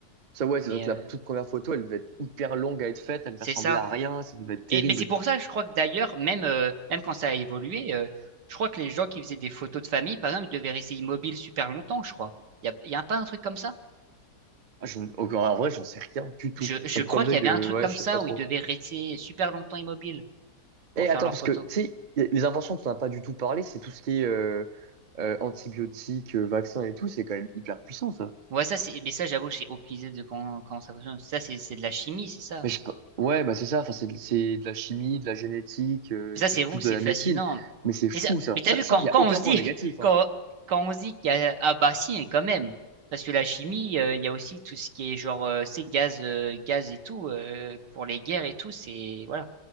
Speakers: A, on the right; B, on the right.
A: Ça, ouais, c'est
B: Mais
A: vrai que la
B: euh,
A: toute première photo, elle devait être hyper longue à être faite, elle
B: c'est
A: ne ressemblait
B: ça.
A: à rien, ça devait être terrible.
B: Et mais c'est pour ça que je crois que d'ailleurs, même, euh, même quand ça a évolué, euh, je crois que les gens qui faisaient des photos de famille, par exemple, ils devaient rester immobiles super longtemps, je crois. Il y a, y a pas un truc comme ça?
A: Ah, je- en en vrai, j'en sais rien du tout.
B: Je, je
A: Le
B: crois
A: problème,
B: qu'il y avait
A: c'est que,
B: un truc
A: ouais,
B: comme
A: je
B: ça
A: sais pas trop.
B: où ils devaient rester super longtemps immobiles pour
A: Et
B: faire
A: attends,
B: leurs
A: parce
B: photos.
A: que, tu sais, les inventions dont on n'a pas du tout parlé, c'est tout ce qui est euh, euh, antibiotiques, euh, vaccins et tout, c'est quand même hyper puissant,
B: Ouais, ça, c'est, mais ça, j'avoue, j'ai aucune idée de comment, comment ça fonctionne. Ça, c'est, c'est de la chimie, c'est ça.
A: Mais je, pe- ouais, bah c'est ça. Enfin, c'est c'est de la chimie, de la génétique, euh,
B: Ça,
A: c'est
B: c'est vous,
A: plus
B: c'est
A: de la
B: fascinant.
A: médecine. Mais c'est fou
B: Mais ça,
A: ça.
B: mais t'as
A: Ça,
B: vu,
A: ça,
B: quand,
A: il y
B: quand
A: a aucun
B: on se dit,
A: point négatif.
B: <laughs> quand,
A: hein.
B: quand on se dit qu'il y a, ah bah si, hein, quand même. Parce que la chimie, euh, il y a aussi tout ce qui est genre, euh, c'est gaz, euh, gaz et tout, euh, pour les guerres et tout, c'est, voilà.